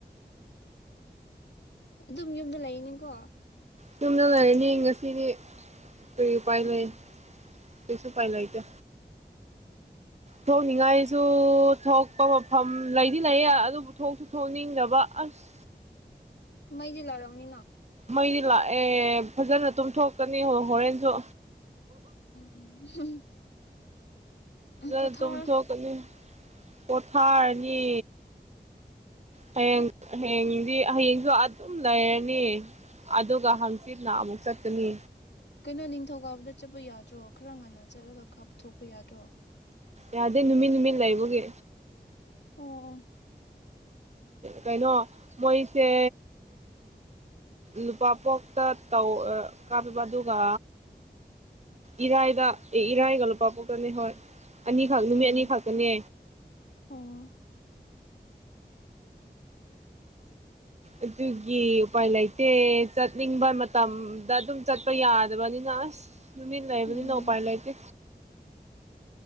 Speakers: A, on the left; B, on the right.
A: ꯑꯗꯨꯝ ꯌꯨꯝꯗ ꯂꯩꯅꯤꯀꯣ
B: ꯆꯨꯝꯅ ꯂꯩꯔꯅꯤ ꯉꯁꯤꯗꯤ ꯀꯔꯤ ꯎꯄꯥꯏ
A: ꯎꯝ
B: ꯂꯩ ꯄꯁꯨ ꯄꯥꯏ ꯂ ꯏꯇꯦ ꯊꯣꯛꯅꯤꯡꯉꯥꯏꯁꯨ ꯊꯣꯛꯄ ꯃꯐꯝ ꯂꯩꯗꯤ ꯂꯩꯌꯦ ꯑꯗꯨꯕꯨ ꯊꯣꯛꯁꯨ ꯊꯣꯛꯅꯤꯡꯗꯕ ꯑꯁ
A: ꯃꯩꯁ ꯂꯥꯛꯔꯔꯕꯅꯤꯅ
B: ꯃꯩꯗꯤ ꯂꯥꯛꯑꯦ ꯐꯖꯅ ꯇꯨꯝꯊꯣꯛꯀꯅꯤ ꯍꯣꯔꯦꯟꯁꯨ
A: ꯎꯝ
B: ꯑꯗꯨ
A: ꯄꯣꯊꯥꯔꯣ
B: ꯑꯗꯨꯨꯝꯊꯣꯛꯀꯅꯤ ꯄꯣꯊꯥꯔꯅꯤ ꯍꯌꯦꯡ ꯍꯌꯦꯡꯗꯤ ꯍꯌꯦꯡꯁꯨ ꯑꯗꯨꯝ ꯂꯩꯔꯅꯤ ꯑꯗꯨꯒ ꯍꯪꯆꯤꯠꯅ ꯑꯃꯨꯛ ꯆꯠꯀꯅꯤ
A: ꯀꯩꯅꯣ ꯅꯤꯡꯊꯧꯀꯥꯕꯗ ꯆꯠꯄ ꯌꯥꯗ꯭ꯔꯣ ꯈꯔ ꯉꯟꯅ ꯆꯠꯂꯒ ꯀꯥꯞꯊꯣꯛꯄ ꯌꯥꯗ꯭ꯔꯣ
B: ꯌꯥꯗꯦ ꯅꯨꯃꯤꯠ ꯅꯨꯃꯤꯠ ꯂꯩꯕꯒꯦ
A: ꯑꯣ ꯑꯣ
B: ꯀꯩꯅꯣ ꯃꯣꯏꯁꯦ ꯅꯨꯄꯥ ꯄꯣꯛꯇ ꯇꯧ ꯀꯥꯞꯄꯤꯕ ꯑꯗꯨꯒ ꯏꯔꯥꯏꯗ ꯑꯦ ꯏꯔꯥꯏꯒ ꯂꯨꯄꯥ ꯄꯣꯛꯇꯅꯦ ꯍꯣꯏ ꯑꯅꯤꯈꯛ ꯅꯨꯃꯤꯠ
A: ꯑꯣ
B: ꯑꯅꯤ ꯈꯛꯇꯅꯦ
A: ꯑꯣ
B: ꯑꯗꯨꯒꯤ ꯎꯄꯥꯏ ꯂꯩꯇꯦ ꯆꯠꯅꯤꯡꯕ ꯃꯇꯝꯗ ꯑꯗꯨꯝ ꯆꯠꯄ ꯌꯥꯗꯕꯅꯤꯅ ꯑꯁ ꯂꯩꯥꯏꯕ
A: ꯎꯝ
B: ꯅ ꯄꯥꯔꯂꯥꯏꯠꯇꯦ